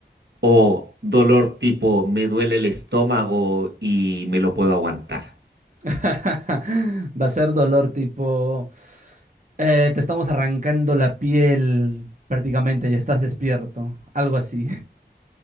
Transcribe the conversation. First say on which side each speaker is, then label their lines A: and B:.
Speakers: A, on the right; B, on the right.
A: o dolor tipo, me duele el estómago y me lo puedo aguantar.
B: <laughs> Va a ser dolor tipo, eh, te estamos arrancando la piel prácticamente, ya estás despierto, algo así.